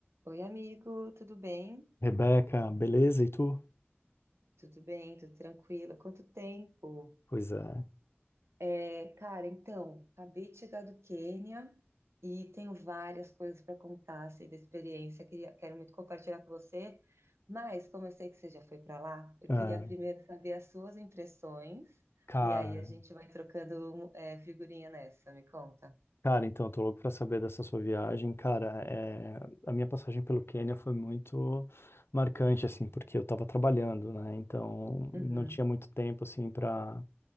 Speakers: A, on the right; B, on the left.
A: Oi, amigo, tudo bem?
B: Rebeca, beleza? E tu?
A: Tudo bem, tudo tranquilo. Quanto tempo?
B: Pois é.
A: É, cara, então, acabei de chegar do Quênia e tenho várias coisas para contar assim, da experiência. Queria, quero muito compartilhar com você, mas como eu sei que você já foi para lá, eu
B: É,
A: queria primeiro saber as suas impressões
B: cara,
A: e aí a gente vai trocando é, figurinha nessa. Me conta.
B: cara, então, tô louco pra saber dessa sua viagem. Cara, é, a minha passagem pelo Quênia foi muito marcante, assim, porque eu tava trabalhando, né? Então,
A: Uhum,
B: não tinha muito tempo, assim, pra